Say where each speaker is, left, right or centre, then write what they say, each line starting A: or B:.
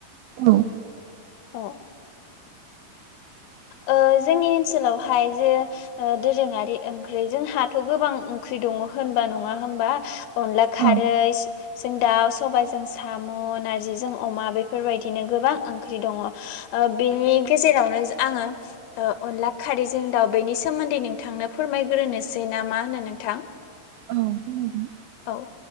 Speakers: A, on the right; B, on the left.
A: औ
B: औ
A: <unintelligible>
B: ओ जोंनि ओनसोलावहाय जे दोरोङारि ओंख्रि जोंहाथ' गोबां ओंख्रि दं होनबा नंङा होनबा अनला खारै
A: औ
B: जों दाव सबायजों साम' नारजिजों अमा बेफोरबायदिनो गोबां ओंख्रि दङ ओ बेनि बे गजेरावनो आङो ओ अनला खारैजों दाउ बेनि सोमोन्दै नोंथांनो फोरमायग्रोनोसै ना मा होनो नोंथां
A: औ खोनादों
B: औ